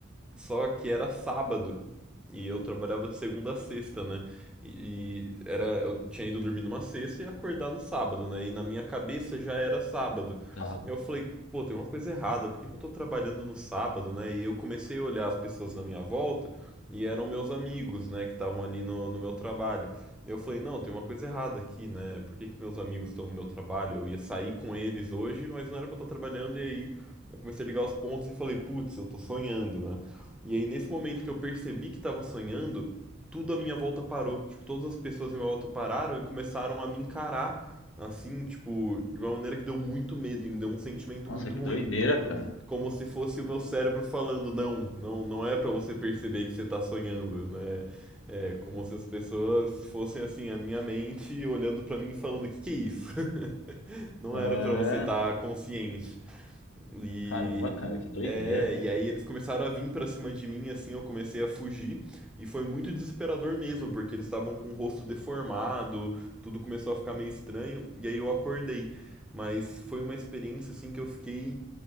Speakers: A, in the centre; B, on the left.
A: só que era sábado. E eu trabalhava de segunda a sexta, né? E e era, eu tinha ido dormir numa sexta e acordar no sábado, né? E na minha cabeça já era sábado.
B: Tá.
A: Eu falei, pô, tem uma coisa errada, por que que eu tô trabalhando no sábado, né? E eu comecei a olhar as pessoas na minha volta e eram meus amigos, né, que estavam ali no, no meu trabalho. Eu falei, não, tem uma coisa errada aqui, né? Por que que meus amigos estão no meu trabalho? Eu ia sair com eles hoje, mas não era pra eu estar trabalhando. E aí eu comecei a ligar os pontos e falei, putz, eu tô sonhando, né? E aí, nesse momento que eu percebi que estava sonhando, tudo à minha volta parou. Tipo, todas as pessoas à minha volta pararam e começaram a me encarar, assim, tipo, de uma maneira que deu muito medo, me deu um sentimento
B: Nossa,
A: muito
B: que
A: ruim.
B: doideira, cara.
A: Como se fosse o meu cérebro falando, não, não, não é pra você perceber que você tá sonhando, né? É como se as pessoas fossem assim, a minha mente olhando pra mim e falando, que que é isso? <laughs> Não
B: É.
A: era pra você estar consciente. E
B: Caramba, cara, que doideira.
A: é, e aí eles começaram a vir pra cima de mim, assim, eu comecei a fugir e foi muito desesperador mesmo, porque eles estavam com o rosto deformado, tudo começou a ficar meio estranho, e aí eu acordei. Mas foi uma experiência assim que eu fiquei